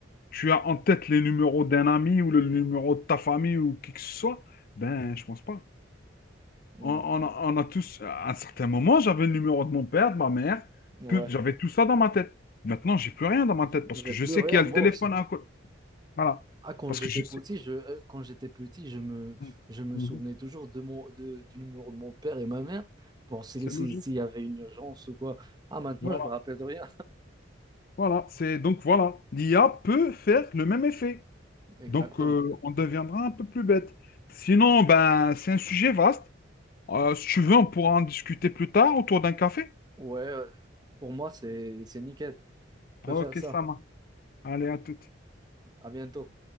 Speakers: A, on the left; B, on the right.
A: tu as en tête les numéros d'un ami ou le numéro de ta famille ou qui que ce soit? Ben, je pense pas.
B: Non.
A: On, on a, on a tous, à un certain moment, j'avais le numéro de mon père, de ma mère,
B: Ouais.
A: tout- j'avais tout ça dans ma tête. Maintenant, j'ai plus rien dans ma tête
B: J'ai
A: parce que je
B: pleuré,
A: sais qu'il y a
B: moi
A: le téléphone
B: aussi.
A: à côté. Voilà.
B: Ah, quand
A: Parce
B: j'étais
A: que je sais.
B: petit, je, euh, quand j'étais petit, je me,
A: Mhm.
B: je me
A: Mhm.
B: souvenais toujours de mon, de- du numéro de mon père et ma mère pour si,
A: C'est
B: si-
A: logique.
B: s'il y avait une urgence ou quoi. Ah, maintenant,
A: Voilà.
B: je me rappelle de rien.
A: Voilà. C'est donc voilà. L'IA peut faire le même effet.
B: Exactement.
A: Donc, euh, on deviendra un peu plus bête. Sinon, ben, c'est un sujet vaste. Euh, si tu veux, on pourra en discuter plus tard autour d'un café.
B: Ouais, euh, pour moi, c'est, c'est nickel. peut
A: Ok,
B: faire ça.
A: ça marche. Allez, à tout.
B: À bientôt.